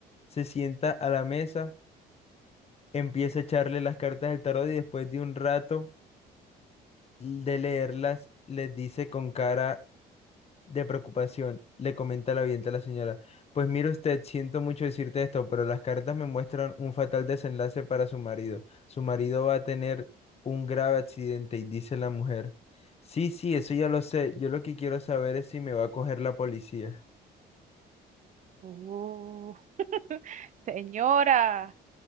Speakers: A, on the left (about 35°); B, on the right (about 45°).
A: se sienta a la mesa, empieza a echarle las cartas del tarot y después de un rato de leerlas, les dice con cara de preocupación, le comenta la vidente a la señora, pues mire usted, siento mucho decirte esto, pero las cartas me muestran un fatal desenlace para su marido. Su marido va a tener un grave accidente, y dice la mujer. Sí, sí, eso ya lo sé. Yo lo que quiero saber es si me va a coger la policía.
B: Oh. <laughs> Señora,